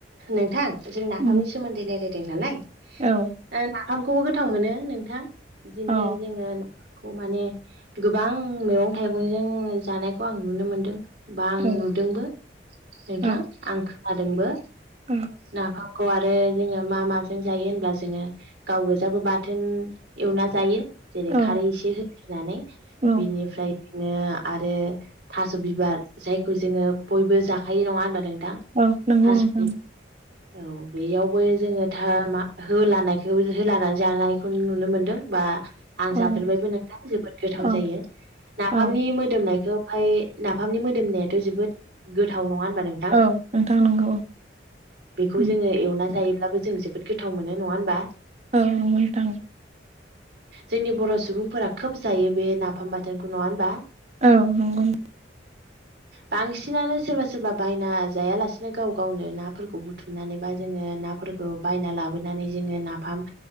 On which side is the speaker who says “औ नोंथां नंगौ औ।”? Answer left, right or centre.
Right